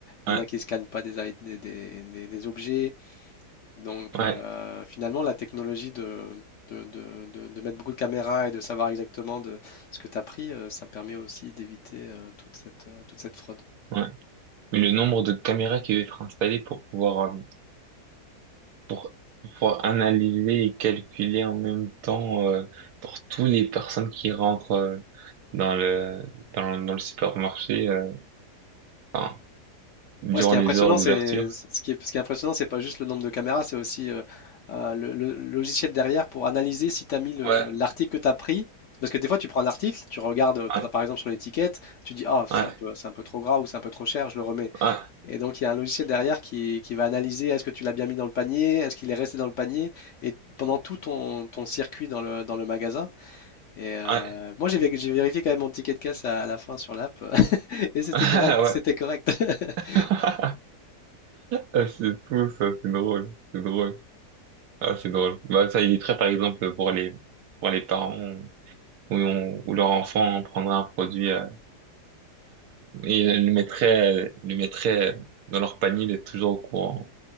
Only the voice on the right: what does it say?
Ouais,
ouais,
ouais.
ouais. Mais le nombre de caméras qui doivent être installées pour pouvoir, euh, pour, pour pouvoir analyser et calculer en même temps euh, pour toutes les personnes qui rentrent euh, dans le, dans, dans le supermarché euh, enfin, durant
les
heures d'ouverture.
Ouais,
ouais,
ouais,
ouais, ouais.
<laughs>
Ah
Ouais.
<laughs> Ah, C'est fou, ça, c'est drôle, c'est drôle. Ah, c'est drôle. Bah, ça éviterait par exemple pour les, pour les parents. où, on- où leur enfant prendrait un produit euh, et le mettrait, euh, le mettrait euh, dans leur panier d'être toujours au courant